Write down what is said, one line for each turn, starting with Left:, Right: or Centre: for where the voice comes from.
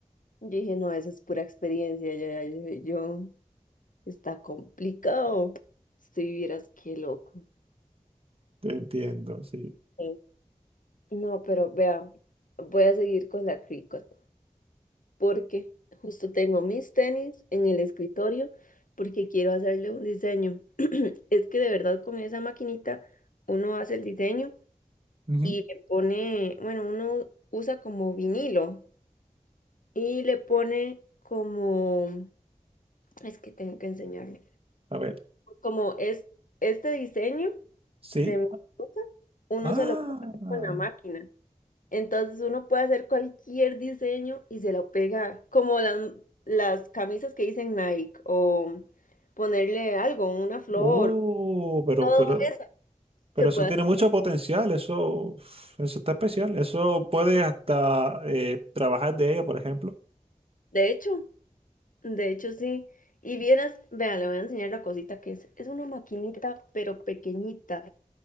Left: Yo dije, no, eso es pura experiencia, ya, ya, ya, yo. Está complicado. Si vieras qué loco.
Right: te entiendo, sí.
Left: Sí. No, pero vea, voy a seguir con la Cricut porque justo tengo mis tenis en el escritorio porque quiero hacerle un diseño. <clears throat> Es que de verdad con esa maquinita uno hace el diseño
Right: Ujú.
Left: y le pone, bueno, uno usa como vinilo y le pone como, es que tengo que enseñarle,
Right: A ver,
Left: como es este diseño.
Right: sí.
Left: de mi blusa, uno
Right: Ah,
Left: se lo pega con la máquina. Entonces uno puede hacer cualquier diseño y se lo pega, como las, las camisas que dicen Nike, o ponerle algo, una flor,
Right: oh, pero,
Left: todo
Right: pero,
Left: eso
Right: pero
Left: se puede
Right: eso tiene
Left: hacer.
Right: mucho potencial, eso, uf, eso está especial, eso puedes hasta eh, trabajar de ello, por ejemplo.
Left: De hecho, de hecho sí. Y vieras, vea, le voy a enseñar la cosita que es. Es una maquinita, pero pequeñita.